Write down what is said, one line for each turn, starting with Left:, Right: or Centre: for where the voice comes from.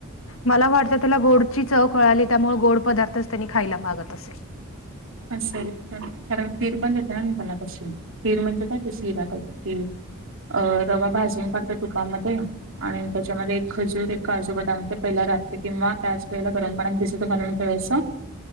Left: मला वाटतं त्याला गोडची चव कळाली त्यामुळे गोड पदार्थच त्यांनी खायला मागत असेल.
Right: असेल पण कारण खीर पण देते ना मी त्याला तशी, खीर म्हणजे काय ते शिरा त्याईप खीर अ रवा भाजून काढते तुपामध्ये आणि त्याच्यामध्ये एक खजूर, एक काजू, बदाम ते पहिला रात्री किंवा त्याच वेळेला गरम पाण्यात भिजत घालून ठेवायचा